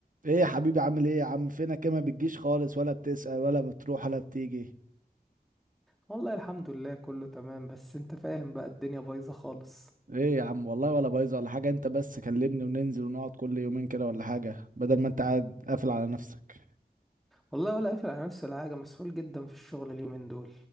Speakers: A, on the right (about 55°); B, in the centre.
A: ايه يا حبيبي عامل ايه يا عم فينك إيه ما بتجيش خالص ولا بتسأل ولا بتروح ولا بتيجي
B: والله الحمد لله كله تمام بس انت فاهم بقى الدنيا بايظة خالص
A: ايه يا عم والله ولا بايظه ولا حاجه انت بس كلمني وننزل ونقعد كل يومين كده ولا حاجه بدل ما انت قاعد قافل على نفسك
B: والله ولا قافل على نفسي ولا حاجة مسحول جدا في الشغل اليومين دول